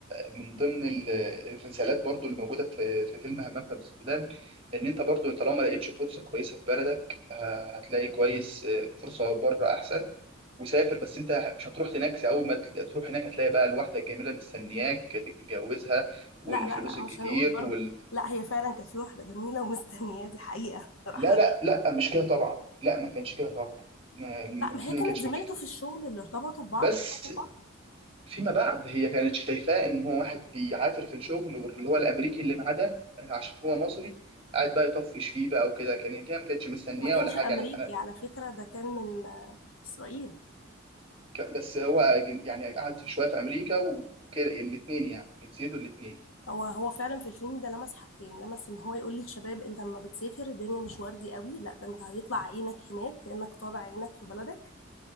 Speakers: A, on the right; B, on the left.
A: من ضمن ال- الرسالات برضو اللي موجودة في في فيلم همام في أمستردام إن أنت برضو طالما ما لقيتش فرصة كويسة في بلدك ه- هتلاقي كويس آه، فرصة بره أحسن وسافر بس أنت مش هتروح هناك أول ما تل- تروح هناك هتلاقي بقى الواحدة الجميلة مستنياك تتجوزها والفلوس
B: لا لا لا
A: الكتير
B: مش هنقول برضه
A: وال...
B: لا هي فعلا كانت في واحدة جميلة ومستنياه دي حقيقة <laughs> صراحة
A: لا لا لا مش كده طبعا لا ما كانش كده طبعا ما-
B: لا
A: الفيلم
B: ما هي كانت
A: ما كانش
B: زميلته
A: كده
B: في الشغل اللي ارتبطوا ببعض
A: بس
B: وحبوا بعض
A: فيما بعد هي كانت شايفاه ان هو واحد بيعافر في الشغل واللي هو الامريكي اللي معاه ده آه، عشان هو مصري قاعد بقى يطفش فيه بقى وكده كان هي ما كانتش مستنياه
B: وما كانش
A: ولا حاجه
B: امريكي
A: يعني انا
B: على فكره ده كان من آه، اسرائيل
A: ك- بس هو أجن- يعني قعد في شويه في امريكا وكده الاثنين يعني جنسيته الاثنين
B: هو هو فعلا في الفيلم ده لمس حاجتين لمس ان هو يقول للشباب انت لما بتسافر الدنيا مش وردي قوي لا ده انت هيطلع عينك هناك كانك طالع عينك في بلدك